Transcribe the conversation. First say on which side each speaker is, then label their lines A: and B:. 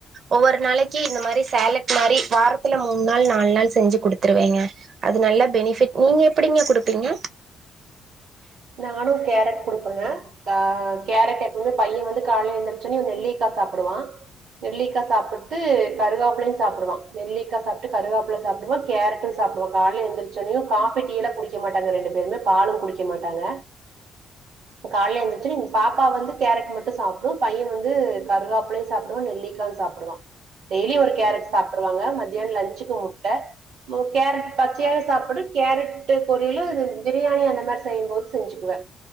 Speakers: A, on the right; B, on the right.
A: ஒவ்வொரு நாளைக்கி இந்த மாரி சேலட் மாரி வாரத்துல மூணு நாள் நாலு நாள் செஞ்சு குடுத்துருவேங்க அத் அது நல்லா பெனிஃபிட் நீங்க எப்டிங்க கொடுப்பீங்க
B: நானு கேரட் கொடுப்பங்க கா கேரட் எப்பவுமே பைய வந் து காலைல எந்திருச்சோன்னே ஒரு நெல்லிக்கா சாப்டுவா நெல்லிக்கா சாப்புட்டு கருகாப்பலையு சாப்டுவா நெல்லிக்கா சாப்புட்டு கருகாப்பலையு கேரட்டு சாப் டுவா காலைல எந்திருச்சவொனே காபி டீயெல்லா குடிக்க மாட்டாங்க ரெண்டு பேருமே பாலு குடிக்க மாட்டாங்க காலைய எந்துரிச்சோனே பாப்பா வந்து கேரட் மட்டு சாப்டு பைய வந்து கருகாப்பிலையு சாப்டுவா நெல்லிக்கா சா சாப்டுவா டெய்லி ஒரு கேரட் சாப்ட்ருவாங்க மத்தியான லன்ச்சுக்கு முட்ட மு கேரட் பச்சையாவே சாப்டு கேரட்டு பொரியிலு பிரியாணி அந்த மாரி செய்யும்போது செஞ்சுக்குவே